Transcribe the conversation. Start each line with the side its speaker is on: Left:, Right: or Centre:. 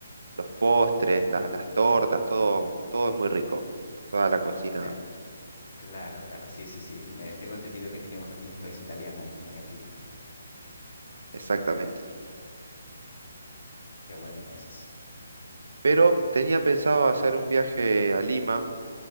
Right: los postres, las, las tortas, todo, todo es muy rico. Toda la cocina,
Left: Claro. Claro, claro, sí, sí, sí. Me, tengo entendido que tiene bastante influencia italiana en Argentina.
Right: exactamente.
Left: Qué bueno, entonces.
Right: Pero tenía pensado hacer un viaje a Lima